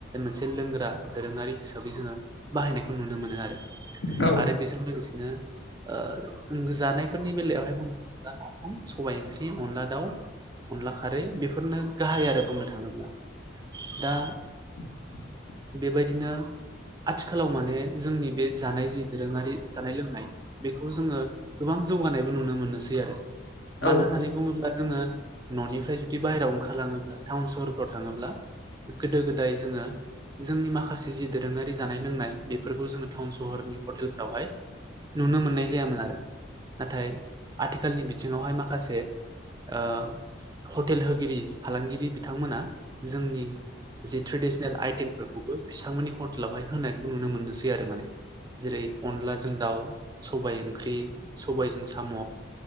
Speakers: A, on the right; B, on the left.
A: मोनसे लोंग्रा दोरों आरि हिसाबै जोङो बाहायनायखौ नुनो मोनो आरो
B: औ
A: आरो बेजों लोगोसेनो ओ जानायफोरनि बेलायावहाय अनला नाफाम सबाय ओंख्रि अनला दाउ अनला खारै बेफोरनो गाहाय आरो बुंनो थाङोब्ला दा
B: <inaudible>
A: बेबायदिनो आथिखालाव माने जोंनि बे जानाय जि दोरोङारि जानाय लोंनाय बेखौ जोङो गोबां जौगानायबो नुनो मोननोसै आरो
B: औ
A: मानो होननानै बुङोब्ला जोङो न'निफ्राय जुदि बाहेराव ओंखारलाङोब्ला टाउन सहरफ्राव थाङोब्ला गोदो गोदाय जोङो जोंनि माखासे जि दोरोङारि जानाय लोंनाय बेफोरखौ जोङो थाउन स'हरनि हटेलफ्रावहाय नुनो मोननाय जायामोन आरो नाथाय आथिखालनि बिथिङावहाय माखासे ओ हटेल होगिरि फालांगिरि बिथांमोना जोंनि जे थ्रेडिसनेल आइटेम फोरखौबो बिसांमोननि हटेलावहाय होनायखौ नुनो मोननोसै आरो माने जेरै अनलाजों दाउ सबाय ओंख्रि सबायजों साम'